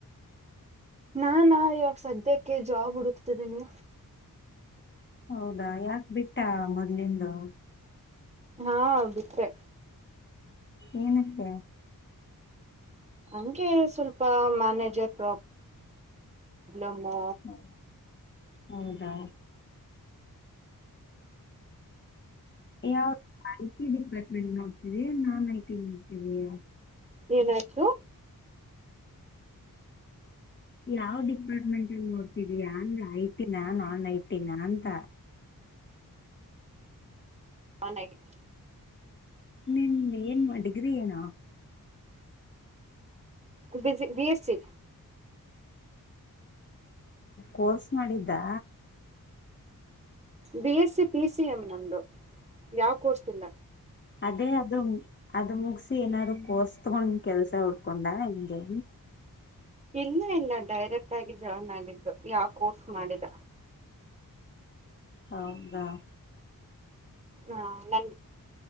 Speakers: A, on the right; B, on the left.
A: ನಾನಾ ಇವಾಗ ಸದ್ಯಕ್ಕೆ ಜಾಬ್ ಹುಡುಕ್ತಿದೀನಿ.
B: ಹೌದಾ ಯಾಕ ಬಿಟ್ಟ ಮೊದ್ಲಿಂದು.
A: ಹಾ ಬಿಟ್ಟೆ.
B: ಏನಕ್ಕೆ.
A: ಹಂಗೆ ಸ್ವಲ್ಪ ಮ್ಯಾನೇಜರ್ ಪ್ರಾಬ್. ಪ್ರಾಬ್ಲಮ್ಮು.
B: ಹ ಹೌದಾ. ಏ ಅವುರು ಐ ಟಿ ಡಿಪಾರ್ಟ್ಮೆಂಟ್ ನೋಡ್ತೀಯೋ ನಾನ್ ಐ ಟಿ ನೋಡ್ತೀಯೋ.
A: ಏನಾಯ್ತು.
B: ಯಾವ್ ಡಿಪಾರ್ಟ್ಮೆಂಟ್ ಅಲ್ಲಿ ನೋಡ್ತಿದಯಾ ಅಂದೆ ಐ ಟಿನ ನಾನ್ ಐ ಟಿ ನ ಅಂತ.
A: One eighty.
B: ನಿನ್ ಏನ್ ಡಿಗ್ರಿ ಏನು.
A: ಬಿಜಿ ಬಿ ಎಸ್ ಸಿ.
B: ಕೋರ್ಸ್ ಮಾಡಿದ್ದ.
A: B S C P C M ನಮ್ದು ಯಾವ ಕೋರ್ಸ್ ಇಲ್ಲ.
B: ಅದೇ ಅದು ಅದು ಮುಗಸಿ ಏನಾದ್ರು ಕೋರ್ಸ್ ತಗೊಂಡ ಕೆಲ್ಸ ಉಡ್ಕೊಂಡ ಹಂಗೆ.
A: ಇಲ್ಲ ಇಲ್ಲ ಡೈರೆಕ್ಟ್ ಆಗಿ ಜಾಯ್ನ್ ಆಗಿದ್ದು ಯಾವ ಕೋರ್ಸ್ ಮಾಡಿದ.
B: ಹೌದಾ
A: ಹಾ ನನ್